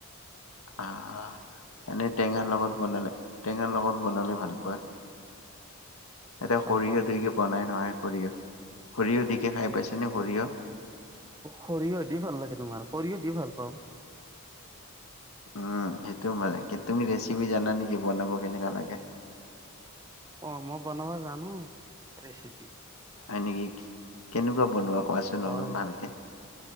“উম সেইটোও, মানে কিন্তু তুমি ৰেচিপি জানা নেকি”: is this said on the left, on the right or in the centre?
Left